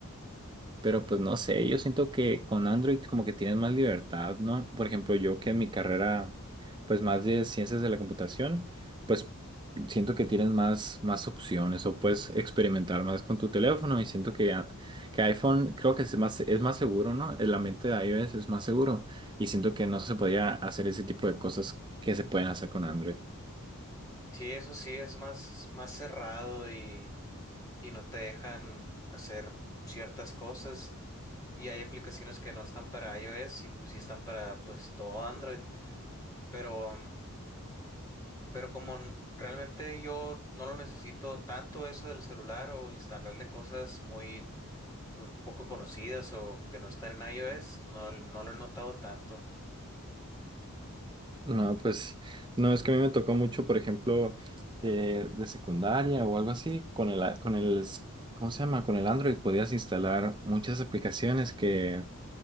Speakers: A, on the right (about 20°); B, on the left (about 15°).
A: Pero pues no sé, yo siento que con Android como que tienes más libertad, ¿no? Por ejemplo, yo que en mi carrera, pues más de ciencias de la computación, pues siento que tienes más, más opciones o puedes experimentar más con tu teléfono y siento que, a- que iPhone creo que es más, es más seguro, ¿no? El ambiente de iOS es más seguro y siento que no se podía hacer ese tipo de cosas que se pueden hacer con Android.
B: Sí, eso sí es más, más cerrado y y no te dejan hacer ciertas cosas y hay aplicaciones que no están para iOS y pues sí están para pues todo Android, pero pero como n- realmente yo no lo necesito tanto eso del celular o instalarle cosas muy muy poco conocidas o que no están en iOS, no no lo he notado tanto.
A: No, pues no, es que a mí me tocó mucho, por ejemplo, de, de secundaria o algo así, con el, a- con el, s- ¿cómo se llama? Con el Android podías instalar muchas aplicaciones que,